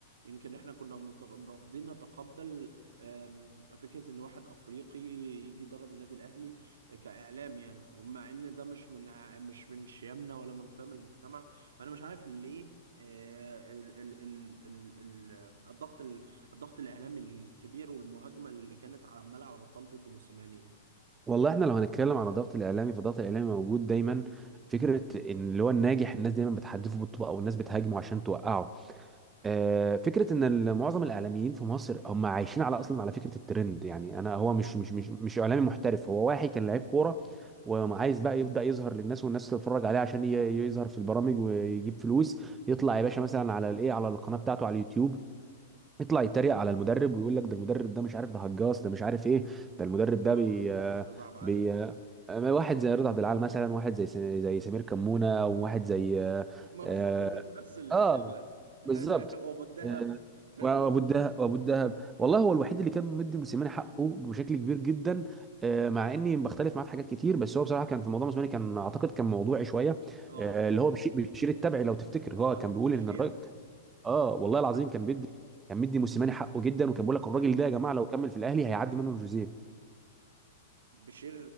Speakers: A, on the right; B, on the right.
A: يمكن احنا كنا مت- رافضين نتقبل آم، فكرة ان واحد افريقي يجي يدرب النادي الاهلي كاعلام يعني ومع ان ده مش من ع- مش من شيمنا ولا من قيم المجتمع فانا مش عارف ليه آه، ال- ال- ال- ال- ال- الضغط ال- الضغط الاعلامي الكبير والمهاجمة اللي كانت على عمالة على بطال ضد موسيماني يعني
B: والله احنا لو هنتكلم عن الضغط الاعلامي فالضغط الاعلامي موجود دايما فكره ان اللي هو الناجح الناس دايما بتحدفه بالطوبه او الناس بتهاجمه عشان توقعه آه، فكره ان ال- معظم الاعلاميين في مصر هم عايشين على اصلا على فكره الترند يعني انا هو
A: مم.
B: مش مش مش مش اعلامي محترف هو واحد كان لعيب كوره وعايز بقى يبدا يظهر للناس والناس تتفرج عليه عشان ي- يظهر في البرامج ويجيب فلوس يطلع يا باشا مثلا على الايه على القناه بتاعته على اليوتيوب يطلع يتريق على المدرب ويقول لك ده المدرب ده مش عارف ده هجاص ده مش عارف ايه ده المدرب ده
A: اه
B: بي آه،
A: رضا عبد العال
B: بي آه، واحد زي رضا عبد العال مثلا واحد زي س- زي سمير كمونه وواحد زي
A: <laughs> ما هم
B: آه،
A: كلهم نفس الشله
B: اه
A: <laughs>
B: بالظبط
A: وابو الدهب
B: آه،
A: <laughs>
B: وابو الدهب وابو الدهب والله هو الوحيد اللي كان مدي موسيماني حقه بشكل كبير جدا آه، مع اني بختلف معاه في حاجات كتير بس هو بصراحه كان في موضوع موسيماني كان اعتقد كان موضوعي شويه
A: اه
B: آه، اللي هو بشي- بيشير التبعي لو تفتكر هو
A: اه طب
B: كان بيقول
A: بشير
B: ان الراجل اه والله العظيم
A: لا
B: كان بيدي كان مدي موسيماني حقه جدا وكان بيقول لك الراجل
A: لا
B: ده يا جماعه لو كمل في الاهلي هيعدي منه جوزيه
A: بشير